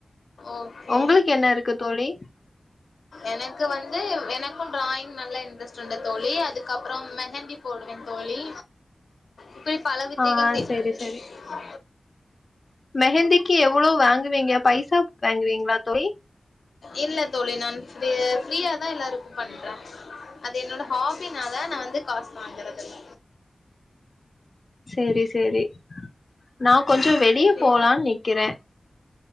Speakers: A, on the left; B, on the left.
A: ஓகே
B: உங்களுக்கு என்ன இருக்கு தோழி
A: எனக்கு வந்து எனக்கும் டிராயிங் நல்லா இன்ட்ரெஸ்ட் ட்ருந்தே தோழி அதுக்க அப்றம் மெஹந்தி போடுவே தோழி இப்டி பல வித்தைகள்
B: ஆ
A: தெரியு
B: செரி செரி
A: ஆ
B: மெஹந்திக்கு எவ்ளோ வாங்குவீங்க பைசா வாங்குவீங்களா தோழி
A: இல்ல தோழி நான் ப்ரி ஃப்ரீயாதா எல்லாருக்கு பண்றே அது என்னோட ஹாபினால நா வந்து காசு வாங்கறதுல்ல
B: செரி செரி நா கொஞ்ச வெளிய
A: சரி.
B: போலான் நிக்கிறே